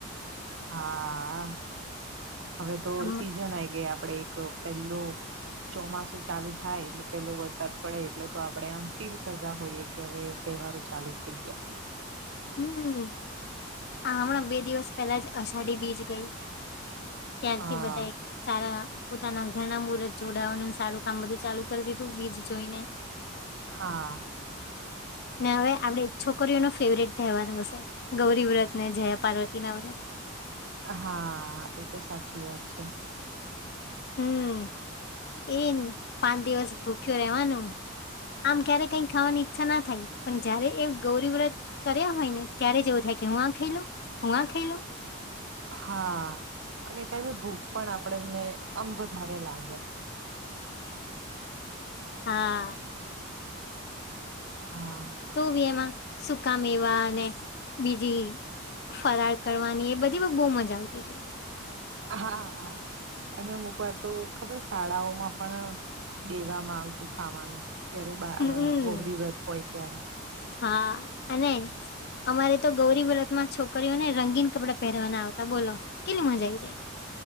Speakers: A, on the right (about 65°); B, on the left (about 50°).
A: હા હવે તો
B: હમ
A: સીઝન આ ગયા આપડે એક. પલું. ચોમાસું ચાલુ થાય એટલે પેલો વરસાદ પડે એટલે તો આપણેે આમ ફીલ કરતા હોઈએ કે હવે. તહેવારો ચાલુ થઈ ગયા
B: હમ હમણાં બે દિવસ પહેલા જ અષાઢી બીચ ગઈ. ત્યારથી
A: હા
B: બધા. સારા પોતાના ઘરના મુહર્ત જોડાવાનું સારું કામ બધું ચાલુ કરી દીધું બીજ જોઈને.
A: હા.
B: ને હવે આપણેે છોકરીઓનો ફેવરેટ તહેવાર હશે ગૌરી વ્રત ને જયા પાર્વતી ના વ્રત.
A: હા એ તો સાચી વાત છે. <inaudible>
B: હમ એ પાંચ દિવસ ભૂખ્યો રેવાનું. આમ ક્યારે કઈ ખાવાની ઈચ્છા ના થાય પણ જયારે એ ગૌરી વ્રત. કર્યા હોય ને ત્યારે જ એવું થાય કે હું આ ખાઈલો હું આ ખાઈલો.
A: હા અને તમ ભૂખ પણ આપડને આમ વધારે લાગે.
B: હા.
A: હા.
B: તો બી એમાં સુકા મેવા અને બીજી. ફરાર કરવાની એ બધી બહુ મજા આવતી હતી.
A: હા હા. અને અમુક વાર તો ખબર શાળાઓમાં પણ દેવામાં આવતું ખાવાનું? જયારે બા
B: હમ
A: ગૌરી વ્રત હોય ત્યારે.
B: હા અને. અમારે તો ગૌરી વ્રત માં છોકરીઓને રંગીન કપડા પહેરવાના આવતા બોલો કેટલી મજા આવીઈ જાય.